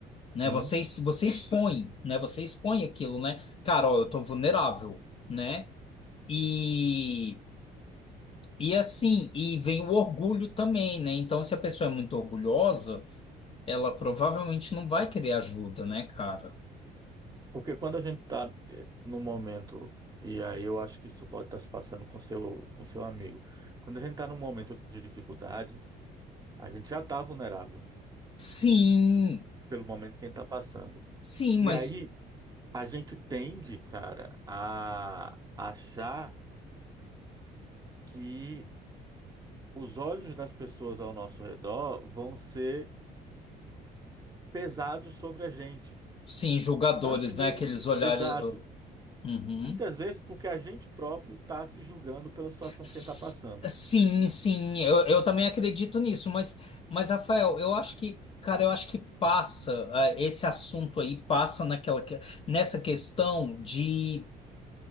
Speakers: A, on the left (about 35°); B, on the right (about 20°).
A: né?
B: Sim.
A: Você, es- você expõe,
B: Sim.
A: né? Você expõe aquilo, né? Cara, ó, eu tô vulnerável, né? E. E assim, e vem o orgulho também, né? Então, se a pessoa é muito orgulhosa, ela provavelmente não vai querer ajuda, né, cara?
B: Porque quando a gente está num momento, e aí eu acho que isso pode estar se passando com seu, com seu amigo, quando a gente está num momento de dificuldade, a gente já está vulnerável
A: Sim,
B: por- pelo momento que a gente está passando.
A: sim,
B: E
A: mas.
B: aí a gente tende, cara, a achar que os olhos das pessoas ao nosso redor vão ser pesados sobre a gente,
A: Sim, julgadores,
B: antes mesmo
A: né? Aqueles
B: de...
A: olhares.
B: Exato.
A: Uhum.
B: Muitas vezes porque a gente próprio está se julgando pela situação
A: S-
B: que a gente está passando.
A: Sim, sim, eu, eu também acredito nisso, mas, mas, Rafael, eu acho que, cara, eu acho que passa, ah, esse assunto aí passa naquela, que- nessa questão de,